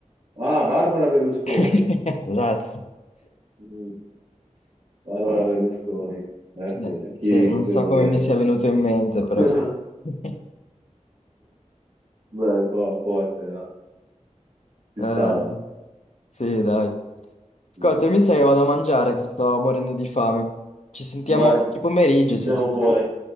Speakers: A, on the right; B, on the left.
A: Ah, Barbara Berlusconi.
B: <laughs> Esatto.
A: Mm, Barbara Berlusconi, eh sì,
B: No,
A: e chi
B: sì, non
A: se
B: so
A: non
B: come
A: lei?
B: mi sia venuto in mente,
A: <laughs>
B: però. sì. <laughs>
A: Beh, fo- forte, no? Ci
B: Eh,
A: stava.
B: sì, dai. Ascolta,
A: Mm, mm.
B: io mi sa che vado a mangiare, che sto morendo di fame. Ci sentiamo
A: Vai, ci
B: oggi pomeriggio se
A: sentiamo
B: ti va.
A: poi.